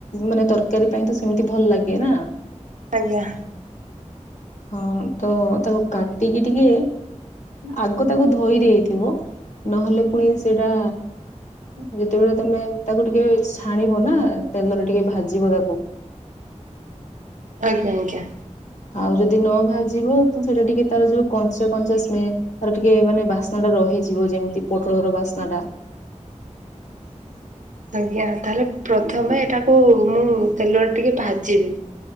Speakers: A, on the left; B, on the right.
A: ମାନେ ତରକାରୀ ପାଇଁ ତ ସେମିତି ଭଲ ଲାଗେ ନା
B: ଆଜ୍ଞା।
A: ହଁ ତ ତାକୁ କାଟିକି ଟିକେ ଆଗ ତାକୁ ଧୋଇ ଦେଇଥିବ ନହେଲେ ପୁଣି ସେଇଟା ଯେତେବେଳେ ତମେ ତାକୁ ଟିକେ ଛାଣିବ ନା ତେଲରେ ଟିକେ ଭାଜିବ ତା <inaudible>
B: ଆଜ୍ଞା ଆଜ୍ଞା
A: ଆଉ ଯଦି ନ ଭାଜିବ ତ ସେଇଟା ଟିକେ ତାର ଯୋଉ କଞ୍ଚା କଞ୍ଚା ସ୍ମେ ତାର ଟିକେ ମାନେ ବାସ୍ନାଟା ରହିଯିବ ଯେମିତି ପୋଟଳର ବାସ୍ନାଟା।
B: ଆଜ୍ଞା ତାହେଲେ ପ୍ରଥମେ ଏଇଟାକୁ ମୁଁ ତେଲରେ ଟିକେ ଭାଜିବି।